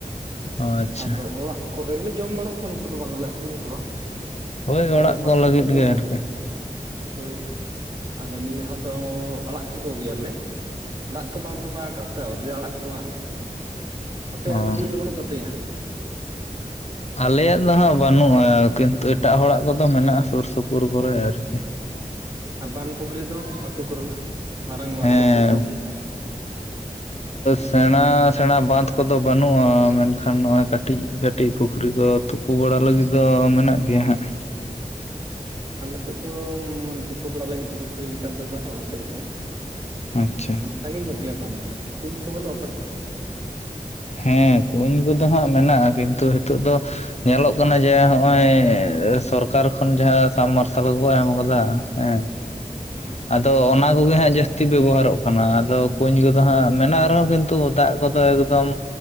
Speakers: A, on the left (about 50°); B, on the right (about 30°).
A: ᱚ ᱟᱪᱪᱷᱟ
B: ᱟᱫᱚ ᱚᱲᱟᱜ ᱠᱚᱨᱮ ᱜᱮᱞᱮ ᱡᱚᱢ ᱵᱟᱲᱟ ᱠᱚᱣᱟ ᱱᱩᱠᱩ ᱫᱚ ᱵᱟᱝᱞᱮ ᱟᱹᱠᱷᱨᱤᱧ ᱠᱚᱣᱟ᱾
A: ᱦᱳᱭ ᱚᱲᱟᱜ
B: ᱟᱫᱚ
A: ᱠᱚ
B: ᱥᱟᱵ
A: ᱞᱟᱹᱜᱤᱫ
B: ᱠᱟᱛᱮ ᱡᱚᱢ,
A: ᱜᱮ ᱟᱨᱠᱤ
B: ᱦᱳᱭ᱾ ᱟᱫᱚ ᱱᱤᱭᱟᱹ ᱫᱷᱟᱣ ᱫᱚ ᱟᱲᱟᱜ ᱠᱮᱠᱚ ᱜᱮᱭᱟᱞᱮ᱾ ᱫᱟᱜ ᱠᱚ ᱵᱟᱝ ᱛᱵᱟᱣ ᱟᱠᱟᱫ ᱛᱮ ᱚᱨ ᱞᱮ ᱟᱲᱟᱜ ᱠᱚᱣᱟ᱾ ᱟᱯᱮᱭᱟᱜ
A: ᱚ
B: ᱫᱚ ᱜᱟᱹᱰᱤᱟᱹ ᱠᱚ ᱵᱟᱹᱱᱩᱜ ᱛᱟᱯᱮᱭᱟ?
A: ᱟᱞᱮᱭᱟᱜ ᱫᱚ ᱦᱟᱸᱜ ᱵᱟᱹᱱᱩᱜᱼᱟ ᱠᱤᱱᱛᱩ ᱮᱴᱟᱜ ᱦᱚᱲᱟᱜ ᱠᱚᱫᱚ ᱢᱮᱱᱟᱜᱼᱟ ᱥᱩᱨ ᱥᱩᱯᱩᱨ ᱠᱚᱨᱮ ᱟᱨᱠᱤ
B: ᱟᱨ ᱵᱟᱸᱫᱽ ᱯᱩᱠᱷᱨᱤ ᱫᱚ ᱟᱛᱳ ᱠᱚᱨᱮᱱᱟᱜ ᱢᱟᱨᱟᱝ ᱵᱟᱸᱫᱽᱛᱚᱯᱳ
A: ᱦᱮᱸ
B: ᱠᱚ
A: ᱥᱮᱬᱟ ᱥᱮᱬᱟ ᱵᱟᱸᱫᱷ ᱠᱚᱫᱚ ᱵᱟᱹᱱᱩᱜᱼᱟ ᱢᱮᱱᱠᱷᱟᱱ ᱱᱚᱜᱼᱚᱭ ᱠᱟᱹᱴᱤᱡ ᱠᱟᱹᱴᱤᱡ ᱠᱟᱹᱴᱤᱡ ᱯᱩᱠᱷᱨᱤ ᱠᱚ ᱛᱩᱯᱩ ᱵᱟᱲᱟ ᱞᱟᱹᱜᱤᱫ ᱫᱚ ᱢᱮᱱᱟᱜ ᱜᱮᱭᱟ ᱦᱟᱸᱜ᱾
B: ᱟᱞᱮ ᱥᱮᱫ ᱫᱚ ᱢᱟᱱᱮ ᱛᱩᱯᱩ ᱵᱟᱲᱟ ᱞᱟᱹᱜᱤᱫ ᱯᱩᱠᱷᱨᱤ ᱞᱮᱠᱟᱱ ᱫᱚ ᱵᱟᱹᱱᱩᱜᱼᱟ ᱥᱮᱨᱚᱠᱚᱢ
A: ᱟᱪᱪᱷᱟ
B: ᱥᱟᱺᱜᱤᱧ ᱧᱚᱜ ᱜᱮᱭᱟ ᱵᱟᱱ ᱠᱚ ᱠᱩᱧ ᱠᱚ ᱵᱟᱹᱱᱩᱜᱼᱟ ᱟᱯᱮᱥᱮᱫ
A: ᱦᱮᱸ ᱠᱩᱧ ᱠᱚᱫᱚ ᱦᱟᱸᱜ ᱢᱮᱱᱟᱜᱼᱟ ᱠᱤᱱᱛᱩ ᱱᱤᱛᱚᱜ ᱫᱚ ᱧᱮᱞᱚᱜ ᱠᱟᱱᱟ ᱡᱮ ᱦᱚᱜᱼᱚᱭ ᱥᱚᱨᱠᱟᱨ ᱠᱷᱚᱱ ᱡᱟᱦᱟᱸ ᱥᱟᱵᱢ ᱢᱟᱨᱥᱟᱞ ᱠᱚᱠᱚ ᱮᱢ ᱠᱟᱫᱟ ᱦᱮᱸ
B: ᱦᱮᱸ
A: ᱟᱫᱚ ᱚᱱᱟ ᱠᱚᱜᱮ ᱦᱟᱸᱜ ᱡᱟᱹᱥᱛᱤ ᱵᱮᱵᱚᱦᱟᱨᱚᱜ ᱠᱟᱱᱟ ᱟᱫᱚ ᱠᱩᱧ ᱠᱚᱫᱚ ᱦᱟᱸᱜ ᱢᱮᱱᱟᱜ ᱨᱮᱦᱚᱸ ᱠᱤᱱᱛᱩ ᱫᱟᱜ ᱠᱚᱫᱚ ᱮᱠᱫᱚᱢ